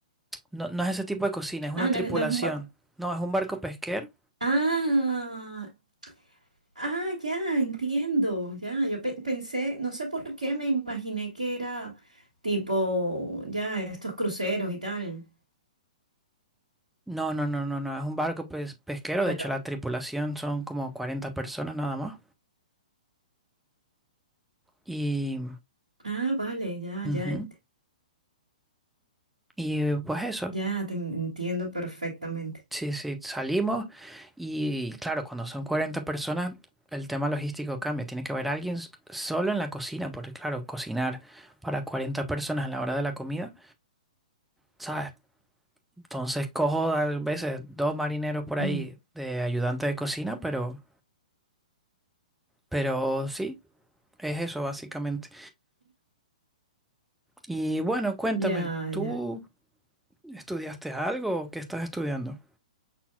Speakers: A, in the centre; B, on the right.
A: no, no es ese tipo de cocina, es una
B: Ah,
A: tripulación.
B: no, no es un ba-
A: No, es un barco pesquero.
B: Ah, ah, ya, entiendo. Ya, yo pe- pensé, no sé por qué me imaginé que era tipo, ya, estos cruceros y tal.
A: No, no, no, no, no, es un barco pes- pesquero. De
B: A
A: hecho,
B: lo-
A: la tripulación son como 40 personas nada más. Y,
B: Ah, vale, ya,
A: ujú,
B: ya.
A: y eh, pues eso,
B: Ya, te entiendo perfectamente.
A: sí, sí, salimos. Y claro, cuando son 40 personas, el tema logístico cambia. Tiene que haber alguien s- solo en la cocina, porque claro, cocinar para 40 personas a la hora de la comida. ¿Sabes? Entonces cojo a veces dos marineros por
B: Mm,
A: ahí de ayudante de cocina, pero, pero sí, es eso básicamente. Y bueno, cuéntame,
B: Ya,
A: ¿tú
B: ya.
A: estudiaste algo o qué estás estudiando?